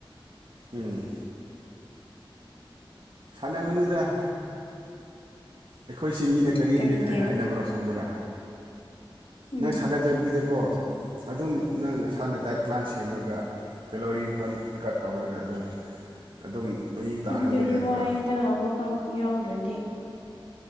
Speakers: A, on the right; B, on the left.
A: ꯎꯝ ꯁꯥꯟꯅꯒꯅꯨꯗ ꯑꯩꯈꯣꯏꯁꯤ ꯃꯤꯅ ꯀꯔꯤ
B: ꯀꯔꯤꯒꯤ
A: ꯍꯥꯏꯅ ꯍꯥꯏꯅꯕ꯭ꯔꯥ ꯈꯪꯕ꯭ꯔꯥ
B: ꯎꯝ
A: ꯅꯪ ꯁꯥꯟꯅꯗꯕꯤꯗ ꯀꯣ ꯑꯗꯨꯝ ꯅꯪ ꯅꯁꯥꯅ ꯗꯥꯏꯠ ꯄ꯭ꯂꯥꯟ ꯁꯦꯝꯃꯒ ꯀꯦꯂꯣꯔꯤ ꯕꯟ ꯀꯠ ꯇꯧꯔꯒ ꯑꯗꯨꯝ ꯑꯗꯨꯝ ꯃꯌꯦꯡ ꯇꯥꯍꯟꯕ
B: ꯑꯗꯨꯗꯤ
A: ꯌꯥꯏꯕ
B: ꯋꯥꯏꯌꯦꯗ ꯋꯥꯔ ꯀꯥꯎꯠ ꯌꯥꯎꯗ꯭ꯔꯗꯤ